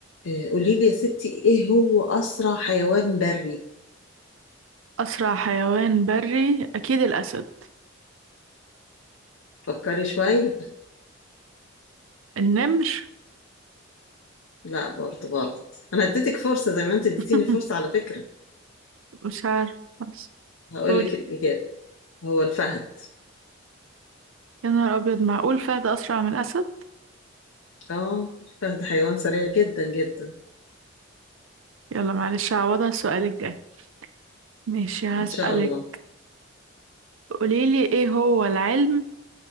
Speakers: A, on the left; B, on the right.
A: آه، قولي لي يا ستي ايه هو اسرع حيوان بري
B: أسرع حيوان بري أكيد الأسد
A: فكري شوية
B: النمر
A: لا برضه غلط انا اديتك فرصة زي ما انت اديتيني
B: <laughs>
A: فرصة على فكرة
B: مش عارف بس
A: هقول
B: قولي
A: لك الاجابة هو الفهد
B: يا نهار أبيض معقول فهد أسرع من الأسد
A: اه الفهد حيوان سريع جدا جدا
B: يلا معلش هعوضها السؤال الجاي ماشي هسألك
A: ان شاء الله
B: قوليلي إيه هو العلم